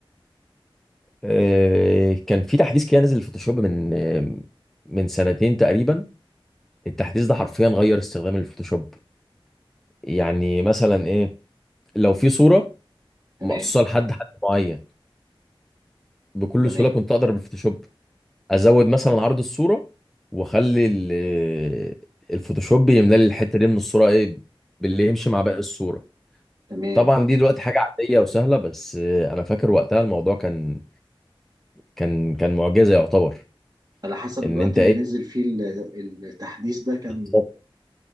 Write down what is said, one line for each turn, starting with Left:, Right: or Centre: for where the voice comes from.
Centre: آه، كان في تحديث كده نزل الفوتوشوب من آه، من سنتين تقريبا التحديث ده حرفيا غير استخدام الفوتوشوب يعني مثلا ايه لو في صوره
Right: تمام
Centre: مقصوصه لحد حد معين بكل
Right: تمام
Centre: سهوله كنت اقدر بالفوتوشوب ازود مثلا عرض الصوره واخلي ال- الفوتوشوب يملى لي الحته دي من الصوره ايه باللي يمشي مع باقي الصوره
Right: تمام
Centre: طبعا دي دلوقتي حاجه عاديه وسهله بس آه، انا فاكر وقتها الموضوع كان كان كان معجزه يعتبر
Right: على حسب
Centre: ان
Right: الوقت
Centre: انت
Right: اللي
Centre: ايه
Right: نزل فيه ال- التحديث ده كان
Centre: بالظبط.